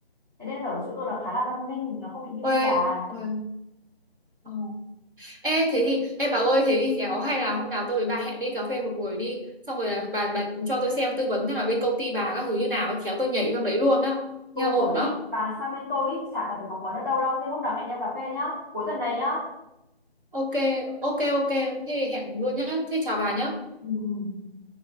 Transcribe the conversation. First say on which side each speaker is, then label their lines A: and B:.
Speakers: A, on the right; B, on the right.
A: thế nên ở chỗ tôi là khá là văn minh nó không bị như
B: Ôi,
A: bên bà
B: ôi, ờ. Ê, thế thì, ê bảo ơi, thế thì khéo hay là hôm nào tôi với bà hẹn đi cà phê một buổi đi, xong rồi à, bà bà cho tôi xem tư vấn xem là bên công ty bà các thứ như nào, ấy, khéo tôi nhảy sang đấy luôn đó, nghe
A: ừ,
B: ổn
A: có
B: đó.
A: khi bà sang bên tôi ý, chả cần phải phỏng vấn ở đâu đâu thế hôm nào hẹn nhau cà phê nhá cuối tuần này nhá
B: Ok, ok, ok, thế thì
A: Ừ.
B: hẹn luôn nhá, thế chào bà nhá.
A: Ừ. ừ.